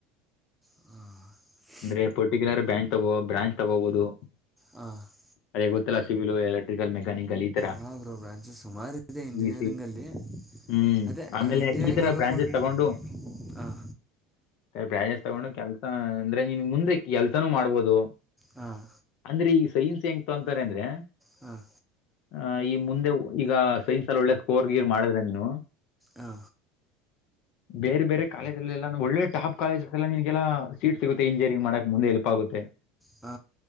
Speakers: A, in the centre; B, on the left.
A: ಹಾ <inaudible>
B: ಅಂದ್ರೆ ಪರ್ಟಿಕ್ಯುಲರ್ ಬ್ಯಾಂಡ್ತಗೋ ಬ್ರೆಂಚ್ ತಗೋಬಹುದು. <inaudible>
A: ಹಾ <inaudible>
B: ಅಯ್ಯ ಗೊತ್ತಲ್ಲ ಸಿಗಲು ಬಾಯ್ ಎಲೇಟ <inaudible> ಮೆಕ್ಯಾನಿಕಲ್ ಈ ತರ
A: ಹಾಂ ಬ್ರೋ ಬ್ರಾಂಚಸ್ ಸುಮಾರು ಇದೆ ಇಂಜಿನಿಯರಿಂಗಲ್ಲಿ
B: ಈ ಹ್ಮ್
A: ಅದೇ
B: ಆಮೇಲೆ
A: ಇಂಜಿನಿಯರಿಂಗ್
B: ಈ ತರ
A: ಹೋಗಬೇಕು
B: ಬ್ರಾಂಡೆಡ್
A: ಅನ್
B: ತಗೊಂಡು
A: ಹಾಂ
B: ಎ ಬ್ರಾಂಡೆಡ್ ತಗೊಂಡು ಕೆಲ್ಸ ಅಂದ್ರೆ ನಿನ್ ಮುಂದೆ ಎಲ್ತನೂ ಮಾಡ್ಬೋದು
A: ಹಾಂ
B: ಅಂದ್ರೆ ಈ ಸೈನ್ಸ್ ಹೆಂಗ ತಕೊಂತಾರೆ ಅಂದ್ರೆ
A: ಹಾಂ
B: ಆ ಈ ಮುಂದೆ ಈಗ ಸೈನ್ಸ್ ಅಲ್ಲಿ ಒಳ್ಳೆ ಸ್ಕೋರ್ ಗಿರ್ ಮಾಡಿದ್ರೆ ನೀನು
A: ಅಂ
B: ಬೇರೆ ಬೇರೆ ಕಾಲೇಜ್ ಎಲ್ಲ ಒಳ್ಳೆ ಟಾಪ್ ಕಾಲೇಜಸ್ ಎಲ್ಲ ನಿನೀನ್ಗೆಲ್ಲ ಸೀಟ್ ಸಿಗುತ್ತೆ ಇಂಜಿನಿಯಂಗ್ ಮಾಡಕ್ ಮುಂದೆ ಹೆಲ್ಪ್ ಆಗುತ್ತೆ
A: ಹ